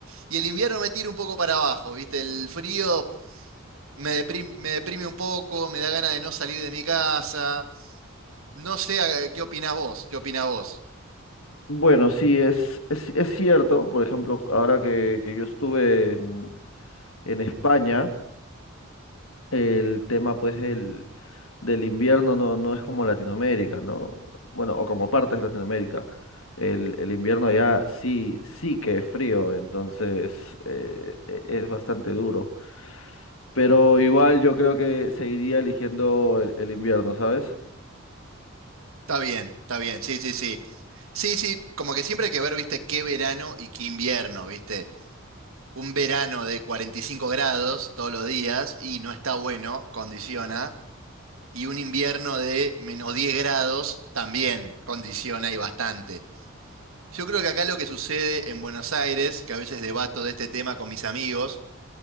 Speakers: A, on the right (about 80°); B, on the left (about 75°).
A: Y el invierno me tira un poco para abajo, viste. El frío me deprime, me deprime un poco, me da ganas de no salir de mi casa. No sé, eh, ¿qué opinás vos? ¿Qué opinás vos?
B: Bueno, sí, es, es, es cierto. Por ejemplo, ahora que, que yo estuve en, en España, el tema pues del, del invierno no, no es como Latinoamérica, ¿no? Bueno, o como partes de Latinoamérica. El, el invierno allá sí, sí que es frío, entonces eh, e- es bastante duro. Pero igual yo creo que seguiría eligiendo el, el invierno, ¿sabes?
A: Está bien, está bien, sí, sí, sí. Sí, sí, como que siempre hay que ver, viste, qué verano y qué invierno, viste. Un verano de 45 grados todos los días y no está bueno, condiciona. Y un invierno de menos 10 grados también condiciona y bastante. Yo creo que acá lo que sucede en Buenos Aires, que a veces debato de este tema con mis amigos,